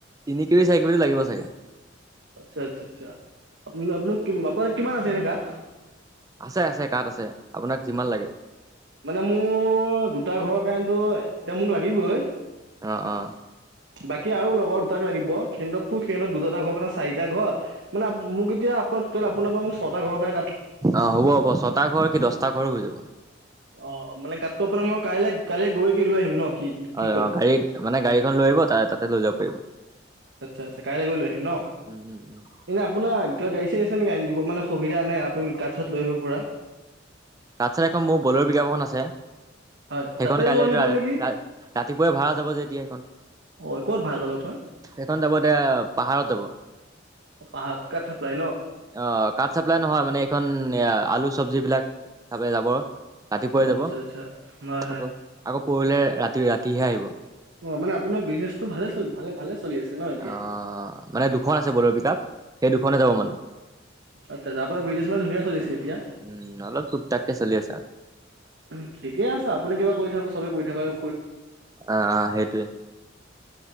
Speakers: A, on the right (about 20°); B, on the right (about 65°).
A: তিনি কেবি, চাৰি কেবিটো লাগিব চাগে।
B: আচ্ছা, আচ্ছা, আচ্ছা আপ আপোন আপোনাৰ কিমান আছে এনে কাঠ?
A: আছে, আছে কাঠ আছে, আপোনাক যিমান লাগে।
B: মানে মোৰ দুটা ঘৰৰ কাৰনেতো এতিয়া মোক লাগিবই।
A: অ', অ'।
B: বাকী আৰু লগৰ দুটাক লাগিব, খেন্দ্ৰতটো <unintelligible> দুটা দুটা ঘৰ কাৰণে চাৰিটা ঘৰ। মানে মোক এতিয়া আপোনাৰ টোটেল আপোনাৰ পৰা মোক ছটা ঘৰৰ কাৰনে
A: অ', হ'ব, হ'ব। ছটা ঘৰ কি দছটা ঘৰো হৈ যাব।
B: <inaudible> অ', মানে গাতটো আপোনাৰ মই কাইলে কাইলে গৈ কি লৈ আহিম ন কি, কি
A: অ
B: কয়?
A: অ গাড়ীত মানে গাড়ীখন লৈ আহিব তা তাতে লৈ যাব পাৰিব।
B: আচ্ছা, আচ্ছা, কাইলে গৈ লৈ আহিম ন?
A: উম উম উম।
B: এনে আপোনাৰ কিবা গাড়ী-চাড়ী আছে নেকি, আনি দিব মানে সুবিধা নে আপুনি কাঠ-চাঠ লৈ আহিব পৰা?
A: কাঠ-চাঠ এখন মোৰ বলেৰ' পিকআপ এখন আছে
B: হয়
A: সেইখন
B: তাতে
A: কাইলেটো
B: লৈ আহিব
A: <unintelligible>
B: নেকি
A: ৰাতিপুৱাই ভাড়া যাব যে এতিয়া সেইখন।
B: অ ক'ত ভাড়া যাব এইখন
A: এইখন যাব এতিয়া, পাহাৰত যাব।
B: পাহাৰত <unintelligible>
A: অ', কাঠ চাপ্লাই নহয়, মানে এইখন আলু চব্জি বিলাক। <unintelligible> যাব ৰাতিপুৱাই
B: অ
A: যাব।
B: আচ্ছা আচ্ছা হয়
A: আকৌ
B: হয়
A: আকৌ পৰহিলে ৰাতি ৰাতিহে আহিব।
B: অ', মানে আপোনাৰ বিজনেছটো ভালে চ ভালে, ভালে চলি আছে। ন এতিয়া
A: অ', মানে দুখন আছে বলেৰো পিকাপ সেই দুখনে যাব মানে।
B: আচ্ছ আপোনাৰ বিনেছ মানে ধুনীয়া চলিছে এতিয়া?
A: উম অলপ তোক টাক কে চলি আছে আ।
B: উ ঠিকে আছে আপুনি কিবা কৰি থাকক চবে কৰি থাকক
A: আ আ সেইটোৱে।